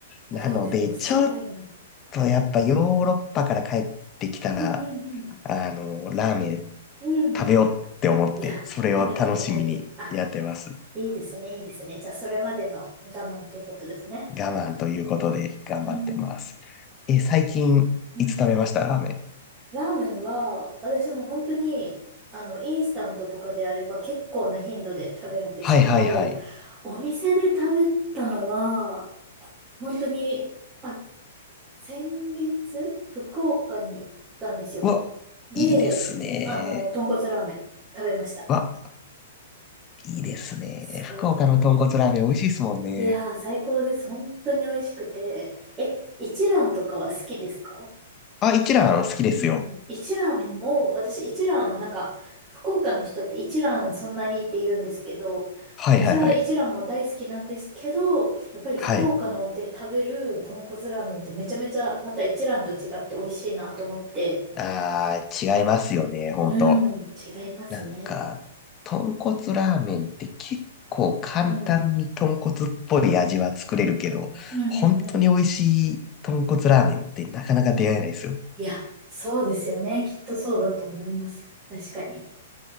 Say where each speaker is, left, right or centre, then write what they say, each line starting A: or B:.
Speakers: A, on the right; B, on the left.
A: ああ、
B: なので、
A: でもすごいな。
B: ちょっとやっぱヨーロッパから帰ってきたら、
A: うんうんうん。
B: あの、ラーメン
A: うん。
B: 食べようって思って、
A: いや、
B: それを楽しみにやってます。
A: 食べた方がいい。あいいですね、いいですね。じゃあ、それまでの我慢ということですね。
B: 我慢ということで頑張ってます。
A: うん、
B: え、最近いつ食べましたラーメン。
A: うん。ラーメンは、私も本当に、あの、インスタントとかであれば結構な頻度で食べるんですけど、
B: はいはいはい。
A: お店で食べたのは、本当に、あ、先月、福岡に行ったんですよ。
B: うわ、
A: で、
B: いいですね。
A: あの、豚骨ラーメン食べました。
B: わ、いいですね。
A: そう。
B: 福岡の豚骨ラーメン美味しいですもんね。
A: いやー、最高です。本当に美味しくて。え、一蘭とかは好きですか
B: あ、一蘭好きですよ。
A: うんうん。一蘭も、私一蘭、なんか、福岡の人って一蘭そんなにって言うんですけど、
B: はいはいはい。
A: 私は一蘭も大好きなんですけど、やっぱり福岡ので食べる豚骨ラーメンってめちゃめちゃまた一蘭と違って美味しいなと思って、
B: はい。あー、違いますよね、ほんと。
A: うん、違いますね。
B: なんか、豚骨ラーメンって結構簡単に豚骨っぽい味は作れるけど、
A: うん、うん、うん、
B: 本当に美味しい豚骨ラーメンってなかなか出会えないですよね。
A: うん。いや、そうですよね。きっとそうだと思います。確かに。